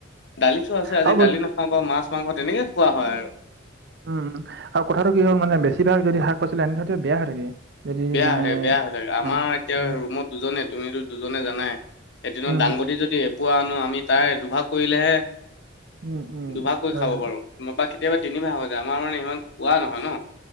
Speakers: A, on the left; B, on the right.
A: দালি টো আছে, আজি
B: আৰু বচ
A: দালি নাখাওঁ বা মাছ মাংস তেনেকে খোৱা হয় আৰু।
B: উম, আৰু কথাটো কি হ'ক মানে, বেছিভাগ যদি শাক- পাচলি আনি থয় বেয়া হৈ থাকে। যদি
A: বেয়া
B: মানে
A: হৈ থাকে, বেয়া হৈ থাকে, আমাৰ
B: অ',
A: এতিয়া
B: উম,
A: ৰুমত দুজনে তুমিতো দুজনে জানাই। এদিনত
B: উম,
A: দাংবদী যদি দিয়ে। পোৱা আনো, আমি তাই দুভাগ কৰিলেহে,
B: উম, উম, উম,
A: দুভাগ কৰি
B: হয়
A: খাব
B: হয়।
A: পাৰোঁ। বা কেতিয়াবা তিনিমাহ হৈ যায় আমাৰ মানে ইমান খোৱা নহয় ন,